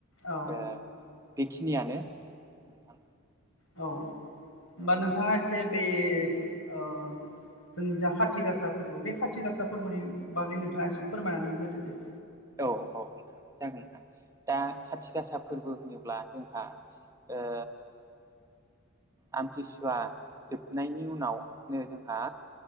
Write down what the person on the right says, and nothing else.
ओ बेखिनियानो नोंथां
औ
औ औ नोंथां जागोन नोंथां दा खाथि गासा फोरबो होनोब्ला जोंहा ओ आमथिसुवा जोबनायनि उनावनो जोंहा